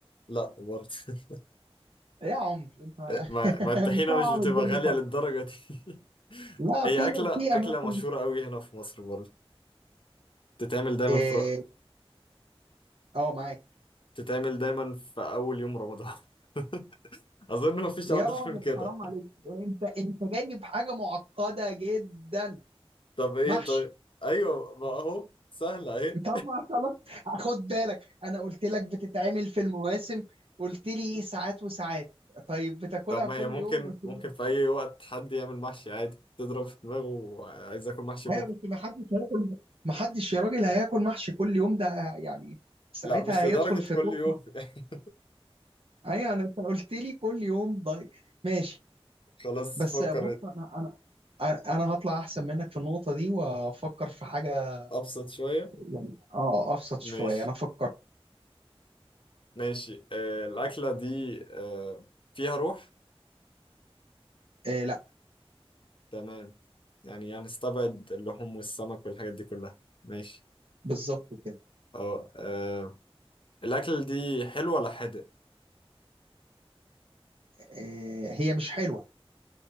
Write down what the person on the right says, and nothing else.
إيه يا عمر انت
<laughs>
مصعب
الدنيا
خالص
لا
في
في
اماكن
اه
آه، معاك
يا
راجل
حرام عليك انت انت جايب حاجه معقده جدا
محشي
طب ما خلاص خد بالك انا قلت لك بتتعمل في المواسم قلت لي ساعات وساعات طيب بتاكلها
كل
يوم قلت
لي لا.
ايوه بس ما حدش هياكل ما حدش يا راجل هياكل محشي كل يوم ده يعني ساعتها
هيدخل
في
تخمه
ايوه انا انت قلت لي كل يوم ضايق ماشي
بس
بص انا انا انا هطلع احسن منك في النقطه دي وافكر في حاجه
يعني اه ابسط
شويه انا افكر
آه لا
بالظبط كده
آه هي مش حلوه